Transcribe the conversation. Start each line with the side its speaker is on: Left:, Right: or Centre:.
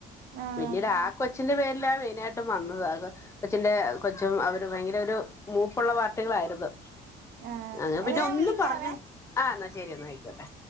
Right: ആഹ്
Left: പിന്നീടാ കൊച്ചിന്റെ പേരില മെയിനായിട്ടും വന്നത് ആഹ് കൊച്ചിന്റെ, കൊച്ചും അവര് ഭയങ്കര ഒരു മൂപ്പുള്ള പാർട്ടികളായിരുന്നു.
Right: ആഹ്
Left: ഞങ്ങ
Right: എന്നാ
Left: പിന്നെ
Right: ഞാൻ
Left: ഒന്നും
Right: വിളിക്കാവേ
Left: പറഞ്ഞു ആഹ് എന്നാ ശരി എന്നാ അയിക്കോട്ടെ.